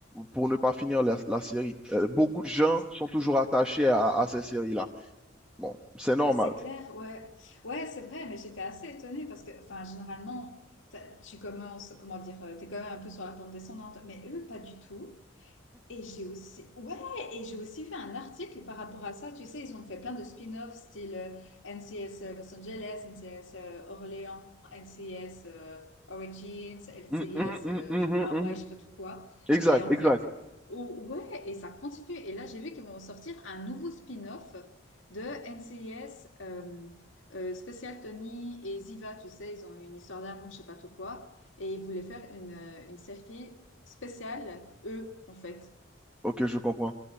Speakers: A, in the centre; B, on the left (about 80°).
A: pour ne pas finir la, la série. Euh, beaucoup de gens
B: Euh,
A: sont toujours attachés à, à ces séries-là. Bon, c'est normal.
B: C'est clair, ouais. Ouais, c'est vrai, mais j'étais assez étonnée parce que, enfin, généralement, t'as- tu commences, comment dire, tu es quand même un peu sur la pente descendante, mais eux, pas du tout. Et j'ai aussi, ouais, et j'ai aussi fait un article par rapport à ça. Tu sais, ils ont fait plein de spin-offs, style euh, NCS euh, Los Angeles, NCS euh, Orléans, NCS euh, Origins, NCS
A: Mm, mm, mm,
B: euh,
A: mhm,
B: je- Hawaii,
A: mhm.
B: je sais pas tout quoi.
A: Exact,
B: Et en
A: exact.
B: fait, oh, ouais, et ça continue. Et là, j'ai vu qu'ils vont sortir un nouveau spin-off de NCS euh, euh, Special Tony et Ziva. Tu sais, ils ont une histoire d'amour, je sais pas tout quoi. Et ils voulaient faire une, euh, une série spéciale, eux, en fait.
A: Ok, je comprends.